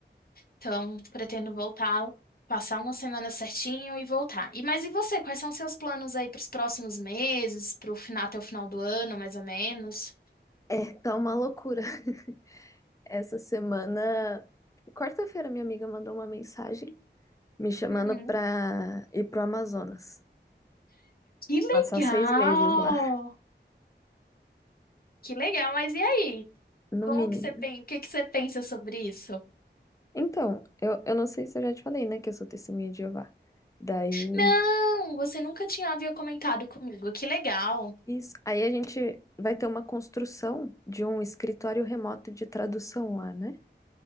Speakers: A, on the left; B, on the left.
A: Então, pretendo voltar, passar uma semana certinho e voltar. E mas e você? Quais são seus planos aí para os próximos meses, para o final, até o final do ano, mais ou menos?
B: É, tá uma loucura. <laughs> Essa semana, quarta-feira, minha amiga mandou uma mensagem me chamando
A: Uhum.
B: pra ir pro Amazonas.
A: Que
B: Passar
A: legal!
B: seis meses lá.
A: Que legal, mas e aí?
B: No
A: Como
B: mínimo.
A: que você pensa, o que que você pensa sobre isso?
B: Então, eu, eu não sei se eu já te falei, né, que eu sou testemunha de Jeová. Daí,
A: Não, você nunca tinha havia comentado comigo. Que legal.
B: Isso. Aí a gente vai ter uma construção de um escritório remoto de tradução lá, né?